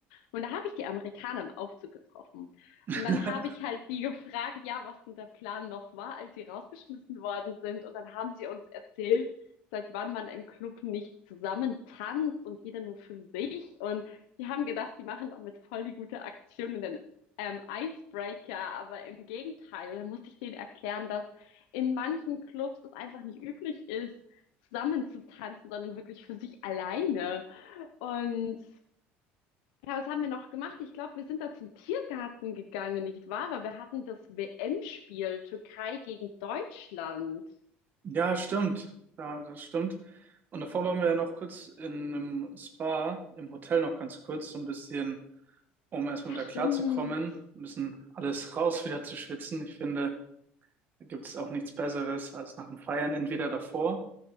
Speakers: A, on the left (about 85°); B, on the right (about 45°).
A: Und da habe ich die Amerikaner im Aufzug getroffen.
B: <laughs>
A: Und dann habe ich halt die gefragt, ja, was denn der Plan noch war, als sie rausgeschmissen worden sind. Und dann haben sie uns erzählt, seit wann man im Club nicht zusammen tanzt und jeder nur für sich. Und die haben gedacht, die machen damit voll die gute Aktion. Und dann ähm, Icebreaker, aber im Gegenteil. Und dann muss ich denen erklären, dass in manchen Clubs es einfach nicht üblich ist, zusammen zu tanzen, sondern wirklich für sich alleine. Und ja, was haben wir noch gemacht? Ich glaube, wir sind da zum Tiergarten gegangen, nicht wahr? Weil wir hatten das WM-Spiel Türkei gegen Deutschland.
B: Ja, stimmt. Ja, das stimmt. Und davor waren wir ja noch kurz in einem Spa, im Hotel noch ganz kurz, so ein bisschen, um erstmal
A: Ja,
B: wieder
A: stimmt.
B: klarzukommen, ein bisschen alles <laughs> raus wieder zu schwitzen. Ich finde, da gibt es auch nichts Besseres als nach dem Feiern, entweder davor